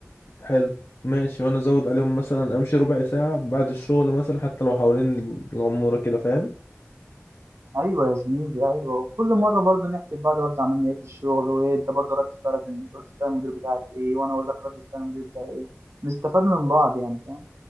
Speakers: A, on the left (about 60°); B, on the right (about 65°).
A: حلو ماشي وانا ازود عليهم مثلا امشي ربع ساعة بعد الشغل مثلا حتى لو حوالين العمورة كده فاهم
B: ايوه يا زميلي ايوه وكل مره برضو نحكي لبعض برضو عملنا ايه في الشغل وايه انت برضو رد فعلك رد فعل المدير بتاعك ايه وانا اقول لك رد فعل المدير بتاعي ايه نستفاد من بعض يعني فاهم